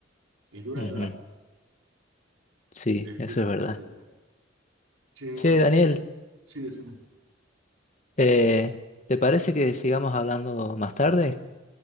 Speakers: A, on the right; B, on the left.
A: Es dura
B: Ujú,
A: de ver,
B: Sí,
A: es
B: eso
A: dura
B: es
A: realmente
B: verdad.
A: de ver. Che,
B: Che,
A: bueno, escucha.
B: Daniel,
A: Sí, decime.
B: eh, ¿te parece que sigamos hablando más tarde?